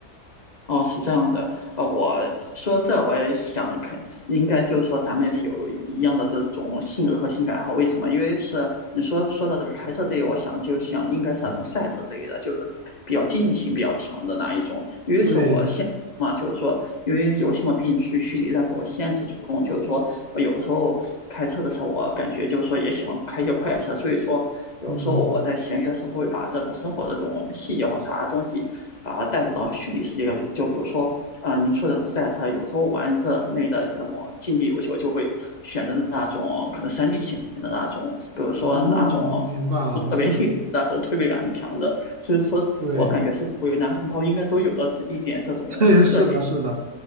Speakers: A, on the left (about 30°); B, on the right (about 45°).
A: 哦，是这样的，呃，我说这我也想肯，应该就是说咱们有一样的这种性格和兴趣爱好，为什么？因为是你说说到这个开车这一，我想就像应该是那种赛车这一的，就是说比较竞性比较强的那一种。因为是我现嘛，
B: 对，
A: 就是说因为游戏嘛毕竟是虚拟，但是我现实中就是说，我有时候开车的时候，我感觉就是说也喜欢开一些快车，所以说有时候我在闲鱼的时候会把这种生活的这种细节或啥东西。
B: 嗯，
A: 把它带入到虚拟世界。就比如说，啊、呃，您说这种赛车，有时候玩这类的这种竞技游戏，我就会选择的那种可能三 D 型的那种，比如说那种
B: 哦，明白了，明白了，
A: 特别厉害那种推背感强的。所以说我感觉是作为男同胞应该都有的是一点这种特点。
B: 对。<laughs> 对，是的，是的。